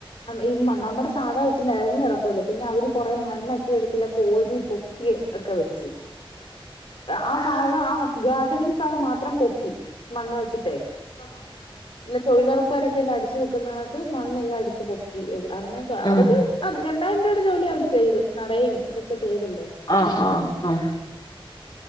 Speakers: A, on the left; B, on the left.
A: ഈ നമ്മുടെ സാധാട്ട് കുട്ട് നേരാന്ന് കിടക്കുല്ലോ പിന്നെ അവര് കൊറെ മണ്ണൊക്കെ എടുത്തിട്ട് കോരി പൊക്കി ഒക്കെ വെച്ച് ആ
B: ആക
A: ഭാഗം ആ ഗാർഡനിങ് ഭാഗം മാത്രം പൊക്കി മണ്ണ് വെച്ചിട്ടേ ആഹ് തൊഴിലുറപ്പ് കാരെല്ലാം അടിച്ചു പൊക്കുന്ന കണക്ക് മണ്ണെല്ലാം അടിച്ചു പൊക്കി അങ്ങനൊക്കെ
B: ഉം
A: അതൊക്കെ രണ്ടായിരം രൂപയുടെ ജോലി അവർ ചെയ്ത് നടയും അതൊക്കെ ചെയ്തല്ലോ
B: ആഹ് ആഹ് ആഹ്